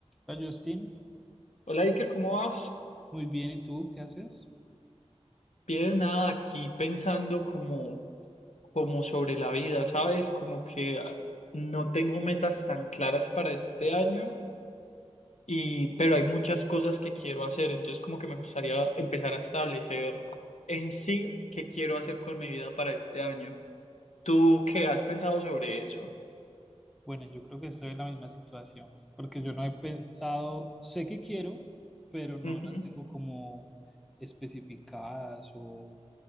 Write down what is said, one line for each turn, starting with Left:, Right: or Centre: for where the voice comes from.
Centre: Hola Justin,
Left: Hola Iker, ¿cómo vas?
Centre: muy bien, ¿y tú qué haces?
Left: Bien, nada, aquí pensando como, como sobre la vida, ¿sabes? Como que ah, no tengo metas tan claras para este año, y, pero hay muchas cosas que quiero hacer, entonces como que me gustaría empezar a establecer en sí qué quiero hacer con mi vida para este año. ¿Tú qué has pensado sobre eso?
Centre: Bueno, yo creo que estoy en la misma situación, porque yo no he pensado, sé que quiero, pero no
Left: Ujú.
Centre: las tengo como especificadas o,